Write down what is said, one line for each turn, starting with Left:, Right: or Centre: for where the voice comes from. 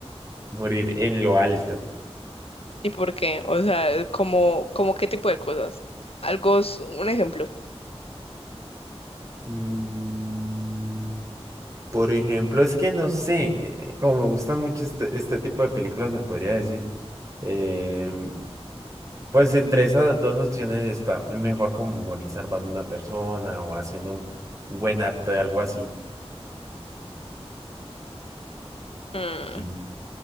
Right: Morir en lo alto.
Left: ¿Y por qué? O sea, como, como qué tipo de cosas. Algo, s- un ejemplo.
Right: Mm, por ejemplo, es que no sé, eh, eh, como me gusta mucho este, este tipo de películas, se podría decir. eh, pues entre esas dos opciones está es mejor como morir salvando una persona o haciendo un buen acto de algo así.
Left: Mm,
Right: Sí,